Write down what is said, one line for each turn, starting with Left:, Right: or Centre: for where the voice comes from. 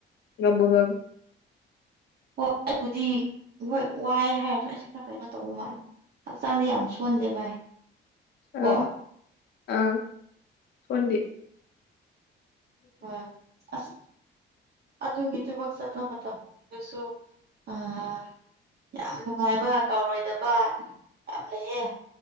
Left: ꯉꯝꯕꯨ ꯉꯝ
Right: ꯍꯣꯏ ꯑꯩꯕꯨꯗꯤ ꯍꯣꯏ ꯋꯥꯏ ꯍꯥꯏꯔ ꯑꯩꯁꯦ ꯈꯔ ꯀꯩꯅꯣ ꯇꯧꯕ ꯃꯥꯜꯂꯦ꯫ ꯍꯛꯆꯥꯡꯗꯤ ꯌꯥꯝ ꯁꯣꯟꯗꯦ ꯚꯥꯏ ꯀꯣ
Left: ꯑꯥ-ꯑꯥ ꯁꯣꯟꯗꯦ
Right: ꯍꯣꯏ ꯑꯁ ꯑꯗꯨꯒꯤ ꯊꯕꯛ ꯆꯠꯄ ꯃꯇꯝꯒꯤꯗꯁꯨ ꯑꯥ ꯌꯥꯝ ꯅꯨꯡꯉꯥꯏꯕ ꯀꯥꯎꯔꯣꯏꯗꯕ ꯌꯥꯝ ꯂꯩꯌꯦ꯫